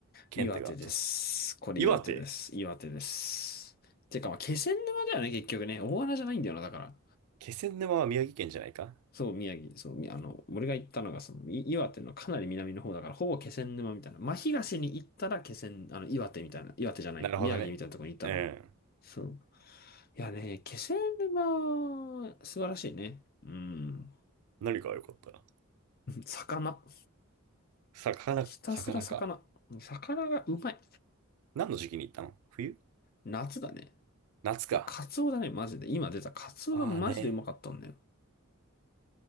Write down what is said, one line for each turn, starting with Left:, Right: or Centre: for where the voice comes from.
Right: 県ってか、
Left: 岩手です。
Right: ちょっと、
Left: これ、
Right: 岩手、
Left: 岩手です。岩手です。てか、まあ、気仙沼だよね、結局ね。大穴じゃないんだよな、だから。
Right: 気仙沼は宮城県じゃないか
Left: そう、宮城、そう、みあの、俺が行ったのが、その、い岩手のかなり南の方だから、ほぼ気仙沼みたいな。真東に行ったら気仙、あの、岩手みたいな、岩手じゃない、
Right: なるほどね。
Left: 宮城みたいなところに行ったのよ。
Right: うん。
Left: そう。いやね、気仙沼、素晴らしいね。うん。
Right: 何が良かった
Left: <laughs> 魚。
Right: 魚、
Left: ひたすら魚。
Right: 魚か。
Left: 魚がうまい。
Right: 何の時期に行ったの冬
Left: 夏だね。
Right: 夏か。
Left: だからカツオだね、マジで。今出たカツオがマジでうまかったんだよ。
Right: ああね。